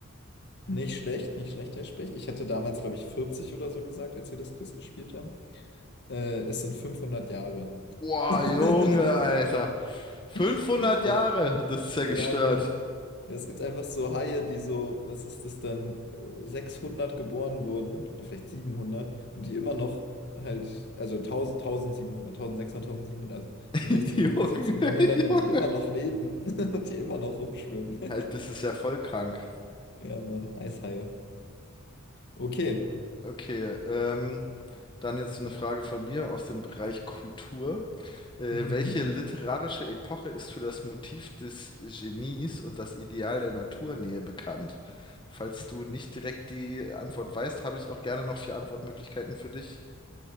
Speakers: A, on the left (about 55°); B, on the left (about 25°).
A: Nicht schlecht, nicht schlecht, Herr Specht. Ich hatte damals, glaube ich, 40 oder so gesagt, als wir das Quiz gespielt haben. Äh, es sind 500 Jahre.
B: Boah,
A: <laughs>
B: Junge, Alter. 500
A: Das,
B: Jahre. Das ist ja
A: Ja,
B: gestört.
A: Mann. Ja, es gibt einfach so Haie, die so, was ist das dann, 600 geboren wurden oder vielleicht 700 und die immer noch halt, also 1000, 1700, 1600, 1700, also
B: <laughs>
A: im 16.,
B: Junge,
A: 17. Jahrhundert
B: Junge.
A: und die immer noch leben <laughs> und die immer noch rumschwimmen. <laughs>
B: Halt, Das ist ja voll krank.
A: Ja, Mann, Eishaie. Okay.
B: Okay, ähm, dann jetzt eine Frage von mir aus dem Bereich Kultur. Äh,
A: Mhm.
B: welche literarische Epoche ist für das Motiv des Genies und das Ideal der Naturnähe bekannt? Falls du nicht direkt die Antwort weißt, habe ich auch gerne noch vier Antwortmöglichkeiten für dich.